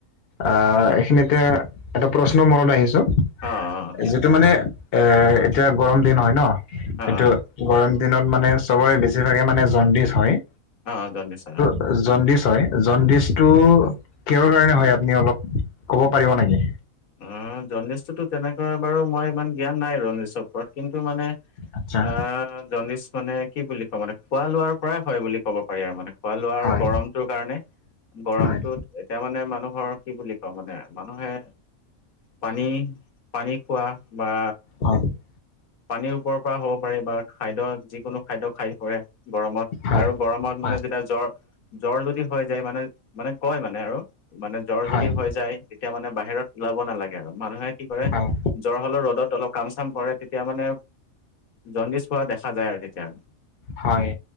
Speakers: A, on the left; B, on the left.
A: আহ এইখিনিতে এটা প্ৰশ্ন মনত আহিছো।
B: অ অ দিয়ক
A: যিটো মানে, এ এতিয়া গৰম দিন হয় ন
B: অ
A: সেইটো
B: অ
A: গৰম দিনত মানে চবৰে বেছিভাগে মানে জণ্ডিছ হয়।
B: অ জণ্ডিছ হয়।
A: অ জণ্ডিছ হয়, জণ্ডিছটো কিহৰ কাৰণে হয় আপুনি অলপ ক'ব পাৰিব নেকি?
B: অ জণ্ডিছটোতো তেনেকৈ বাৰু মই ইমান জ্ঞান নাই জণ্ডিছ ওপৰত কিন্তু মানে
A: আচ্ছা
B: আ জাণ্ডিচ মানে কি বুলি কম মানে খোৱা-লোৱাৰ পৰাই হয় বুলি ক'ব পাৰি আৰু মানে খোৱা লোৱাৰ
A: হয়
B: গৰম ত কাৰণে গৰমটোত
A: হয়
B: এতিয়া মানে মানুহৰ কি বুলি কওঁ মানে মানুহে পানী, পানী খোৱা বা
A: <inaudible>
B: পানীৰ ওপৰৰ পৰা হ'ব পাৰে বা খাদ্য যিকোনো খাদ্য খায় পৰে গৰমত।
A: হয়
B: আৰু গৰমত
A: হয়
B: মানে যেতিয়া জ্বৰ, জ্বৰ যদি হৈ যায় মানে মানে কয় মানে আৰু মানে জ্বৰ
A: হয়
B: যদি হৈ যায় তেতিয়া মানে বাহিৰত ওলাব নালাগে আৰু মানুহে কি কৰে,
A: হয়
B: জ্বৰ হলত ৰ'দত অলপ কাম - চাম কৰে তে তিয়া মানে জণ্ডিছ পোৱা দেখা যায় আৰু তেতিয়া।
A: হয়